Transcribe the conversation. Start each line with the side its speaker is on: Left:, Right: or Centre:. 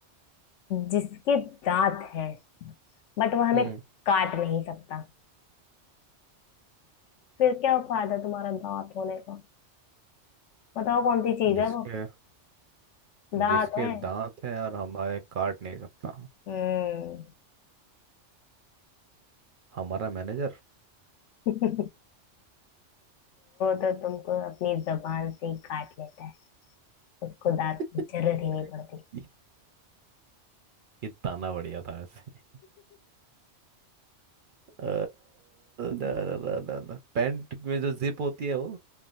Left: जिसके दांत हैं बट वो हमें
Right: हम्म
Left: काट नहीं सकता फिर क्या फायदा तुम्हारा दांत होने का बताओ कौन सी चीज
Right: जिसके
Left: है वो दांत
Right: जिसके
Left: है
Right: दांत हैं और हमारे काट नहीं सकता
Left: हम्म
Right: हमारा मैनेजर
Left: <laughs> वो तो तुमको अपनी जबान से ही काट लेता है उसको दांत
Right: <laughs>
Left: की जरूरत ही नहीं पड़ती
Right: ये ये ताना बढ़िया था ऐसे अ, दा, दा, दा, दा, दा। पैंट में जो जिप होती है वो